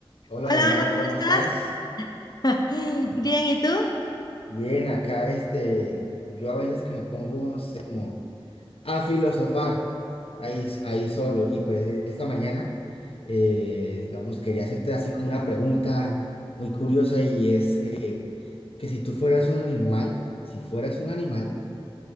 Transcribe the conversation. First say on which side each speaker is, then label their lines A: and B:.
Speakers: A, on the left; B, on the left.
A: Hola,
B: Hola,
A: Yomara,
B: hola, ¿cómo
A: ¿cómo
B: estás?
A: estás?
B: <laughs> Bien, ¿y tú?
A: Bien, acá, este, yo a veces que me pongo, no sé, como a filosofar ahí, ahí solo. Y pues eh, esta mañana, eh, digamos, quería hacerte así como una pregunta muy curiosa y es eh, que si tú fueras un animal, si fueras un animal,